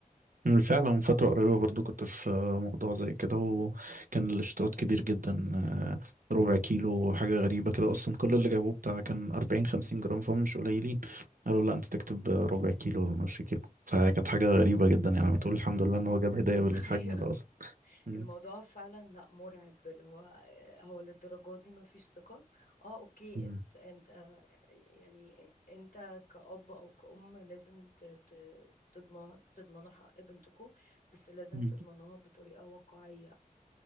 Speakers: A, on the right; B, on the left.
A: أمم. فعلا من فترة قريبة برضو كنت في موضوع زي كده وكان الاشتراط كبير جدا ربع كيلو حاجة غريبة كده أصلا كل اللي جابوه بتاع كان أربعين خمسين جرام فهم مش قليلين قالوا
B: اه
A: لا أنت تكتب ربع كيلو ولا نص كيلو فكانت حاجة غريبة جدا
B: <laughs>
A: يعني
B: آه،
A: بتقول الحمد لله إن هو جاب هدايا بالحجم
B: آه، آه.
A: ده أصلا مم.
B: الموضوع فعلا لا مرعب اللي هو آه، هو للدرجة دي ما فيش ثقة اه اوكي
A: مم.
B: انت انت آه، يعني انت كأب او كأم لازم ت- ت- تضمن تضمنوا حق بنتكم بس لازم
A: مم.
B: تضمنوها بطريقة واقعية